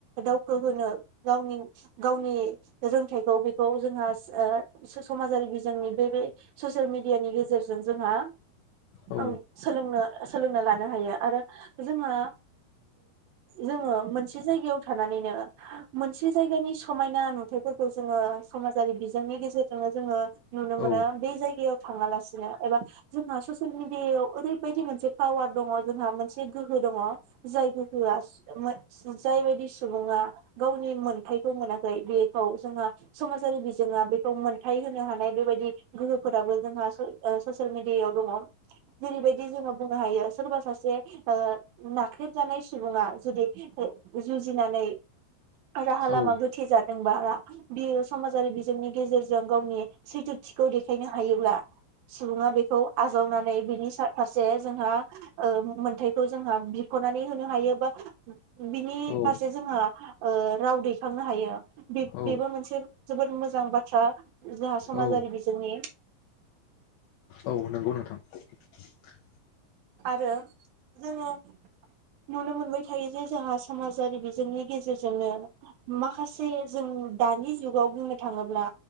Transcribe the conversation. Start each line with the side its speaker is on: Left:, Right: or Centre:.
Right: दावखो होनो गावनि गावनि रोंथाइखौ बेखौ जोंहा ओ समाजारि बिजोंनि बे बे ससियेल मेडियानि गेजेरजों जोंहा
Left: औ
Right: आं सोलोंनो सोलोंना लानो हायो। आरो जोंहा जोङो मोनसे जायगायाव थानानैनो मोनसे जायगानि समायना नुथायफोरखौ जोङो समाजारि बिजोंनि गेजेरजोंनो जोङो नुनो मोनो।
Left: औ
Right: बे जायगायाव थाङालासिनो एबा जोंहा ससियेल मिडियायाव ओरैबायदि मोनसे पावार दङ जोंहा मोन से गोहो दङ' जाय गोहोआ <unintelligible> जायबायदि सुबुङा गावनि मोन्थायखौ मोनाखै बेखौ जोंहा समाजारि बिजोङा बेखौ मोन्थाय होनो हानाय बेबायदि गोहोफोराबो जोंहा ससियेल मिडियायाव दङ'। जेरैबायदि जोंहा हायो सोरबा सासे ओ नाख्रेबजानाय सुबुङा जुदि ओ जुजिनानै राहा लामा
Left: औ
Right: गोथे जा दोंबा बियो समाजारि बिजोंनि गेजेरजों गावनि सैथोथिखौ देखायनो हायोब्ला सुबुङा बेखौ आ आजावनानै बिनि सा फारसे जोंहा ओ मो न्थाइखौ जोंहा बिख'नानै होनो हायो बा बिनि
Left: औ
Right: फारसे जोंहा ओ राव दैखांनो हायो। बेब-बेबो
Left: औ
Right: मोनसे जोबोद मोजां बाथ्रा जोंहा समाजारि
Left: औ
Right: बिजोंनि।
Left: औ नंगौ नोंथां <inaudible>
Right: आरो जोङो नुनो मोनबाय थायो जे जोंहा समाजारि बिजोंनि गेजेरजोंनो माखासे जों दानि जुगाव बुंनो थाङोब्ला